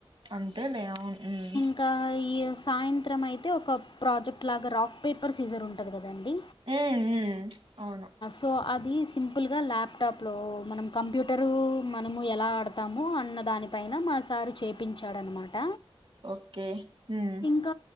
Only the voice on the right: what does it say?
అంతేలే అవున్ హ్మ్
హ్మ్ హు అవును
ఓకే హ్మ్